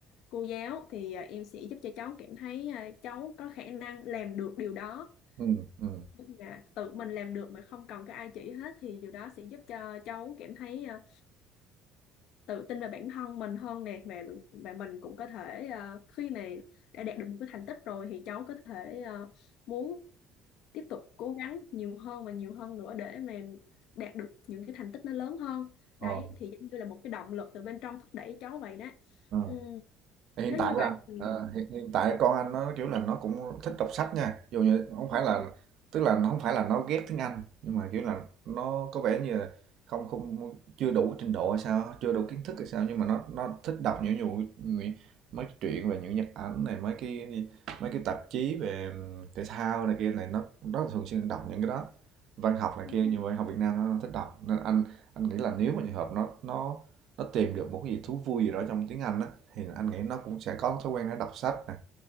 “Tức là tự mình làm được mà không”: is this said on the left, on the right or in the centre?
Left